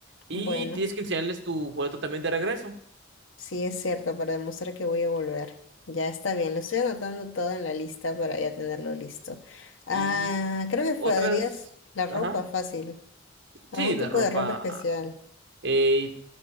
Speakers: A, on the right; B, on the left.
A: Y
B: bueno,
A: tienes que enseñarles tu boleto también de regreso.
B: sí es cierto, para demostrar que voy a volver. Ya está bien, lo estoy anotando todo en la lista para ya tenerlo listo. Ah,
A: Y
B: creo que
A: otras,
B: podrías la ropa
A: ajá,
B: fácil, algún
A: sí, la
B: tipo
A: ropa.
B: de ropa especial.
A: Eh,